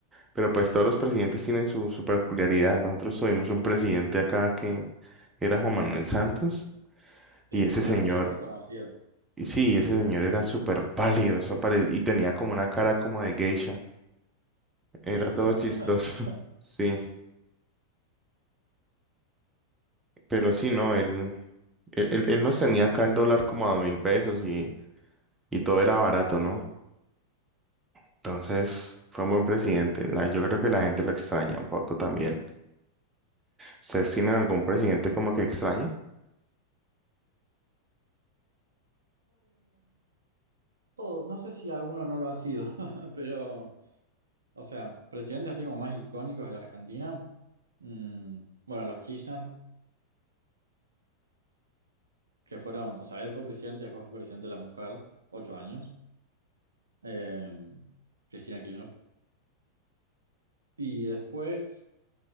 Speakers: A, on the right; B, on the right.
A: pero pues todos los presidentes tienen su, su peculiaridad. Nosotros tuvimos un presidente acá que era Juan Manuel Santos
B: Sí,
A: y ese
B: bueno,
A: señor,
B: súper conocido.
A: y sí, ese señor era súper pálido, eso pare- y tenía como una cara como de geisha. Era
B: <laughs>
A: todo chistoso. <laughs> Sí, pero sí, no, él, él, él él nos tenía acá el dólar como a dos mil pesos y, y todo era barato, ¿no? Entonces, fue un buen presidente. La- yo creo que la gente lo extraña un poco también. ¿Ustedes tienen algún presidente como que extrañen?
B: Todo, no sé si alguno no lo ha sido, <laughs> pero... O sea, presidentes así como más icónicos de la Argentina. mm, bueno, los Kirchner, que fueron, o sea, él fue presidente, después fue presidente de la mujer, ocho años, eh, Cristina Kirchner. Y después,